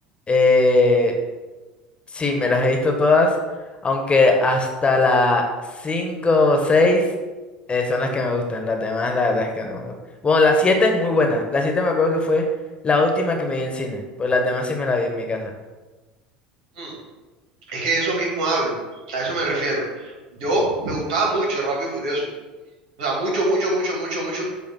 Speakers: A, on the left; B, on the right.
A: Eh, Sí, me las he visto todas, aunque hasta la 5 o 6 eh, son las que me gustan, las demás la verdad es que no me gustan. Bueno, la 7 es muy buena, la 7 me acuerdo que fue la última que me vi en cine, pues las demás sí me las vi en mi casa.
B: Mm, es que de eso mismo hablo, a eso me refiero. Yo me gustaba mucho Rápido y Furioso. O sea, mucho, mucho, mucho, mucho, mucho.